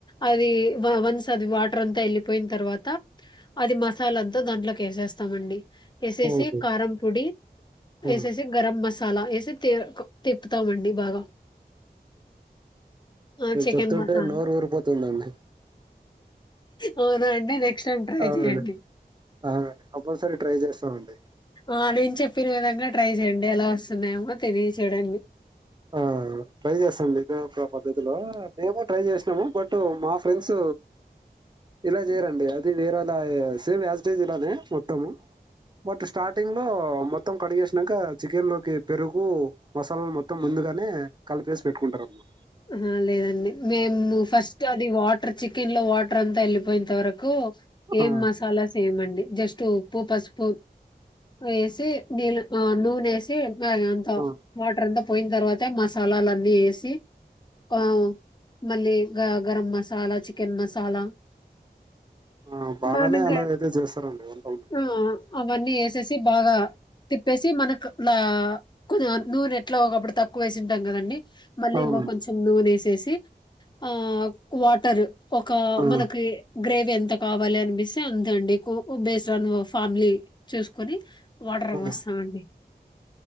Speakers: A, on the left; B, on the right.
A: అది వన్స్ అది వాటర్ అంతా వెళ్ళిపోయిన తర్వాత అది మసాలా అంతా దాంట్లోకి వేసేస్తామండి ఎస ఎసి
B: ఓకే
A: కారం పొడి
B: ఆ
A: సే సే గర్మ మసాలా ఏసి త తిపుతామండి బాగా ఆ
B: మీరు
A: చికెన్
B: చెప్తుంటే
A: మసాలా
B: నోరు ఊరిపోతుందండి
A: అవునా అండి నెక్స్ట్ టైం ట్రై
B: అవును
A: చేయండి
B: అ కంపల్సరి ట్రై చేస్తామండి
A: ఆ నేను చెప్పిన విధంగా ట్రై చేయండి ఎలా వస్తున్నాయేమో తెలియచేడండి
B: ఆ ట్రై చేస్తాండి ఇదే ఒక పద్ధతిలో మేము ట్రై చేసినాము బట్ మా ఫ్రెండ్స్ ఇలా చేయరండి అది వేర ఇలా సేమ్ యాస్టేజ్ ఇలా అదే మొత్తము బట్ స్టార్టింగ్ లో మొత్తం కడిగేసినాక చికెన్ లోకి పెరుగు మసాలా ముందుగానే క చేసి పెట్టుకుంటార అమా
A: ఆ లేదండి మేము ఫస్ట్ అది వాటర్ చికెన్ లో వాటర్ అంతా వెళి పోయింత వరకు ఏం
B: ఆ
A: మసాలాస్ ఏమండి జస్ట్ ఉ పసుపు వే న నూేసి మ అంత
B: ఆ
A: మోటర్ ఎంతా పోయిన తర్వాత మసాలాలన్నీ వేసి ఆ మళ్ళీ గ గరం మసాలా చికెన్ మసాలా
B: ఆ బాగానే
A: మనగా
B: అలాగైతే చేస్తారంండి ఏంట మీరు
A: ఆ అవన్నీ వేసేసి బాగా తిప్పేసి మనకు నూనె ఎట్లా ఒకప్పుడు తక్కువ వేసింటాం కదండి మన
B: అవునండి
A: కొంచెం దూర వేసేసి ఆ వాటర్ ఒక
B: ఆ
A: మనకి గ్రేవీ ఎంత కావాలి అనిపిస్తే అంతండి బేస్రాన్ ఫామిలీ చూసుకొని వాటర్
B: ఆ
A: పోస్తామండి.